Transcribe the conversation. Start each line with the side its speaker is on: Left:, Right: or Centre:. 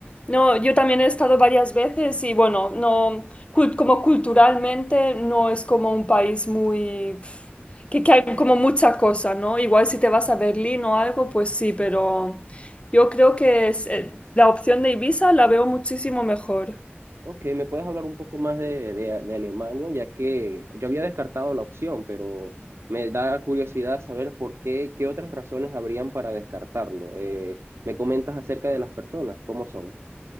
Left: no, yo también he estado varias veces y bueno, no, cul- como culturalmente no es como un país muy, pf, que, que hay como mucha cosa, ¿no? Igual si te vas a Berlín o algo, pues sí, pero yo creo que es, eh, la opción de Ibiza la veo muchísimo mejor.
Right: Ok, ¿me puedes hablar un poco más de, de- de Alemania? Ya que yo había descartado la opción, pero me da curiosidad saber por qué, qué otras razones habrían para descartarlo. Eh, ¿me comentas acerca de las personas? ¿Cómo son?